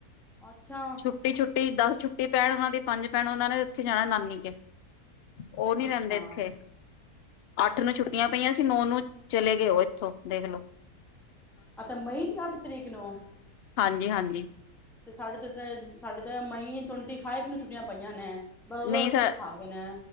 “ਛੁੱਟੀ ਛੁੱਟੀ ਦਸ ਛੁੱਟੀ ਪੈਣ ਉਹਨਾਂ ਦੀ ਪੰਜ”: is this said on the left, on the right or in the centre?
Left